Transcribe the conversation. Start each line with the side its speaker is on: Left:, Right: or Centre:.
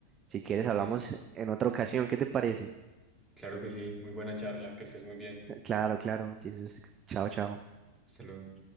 Right: Si quieres, hablamos
Centre: listo.
Right: en otra ocasión. ¿Qué te parece?
Centre: Claro que sí, muy buena charla, que estés muy bien.
Right: Claro, claro, Jesus. Chao, chao.
Centre: Hasta luego.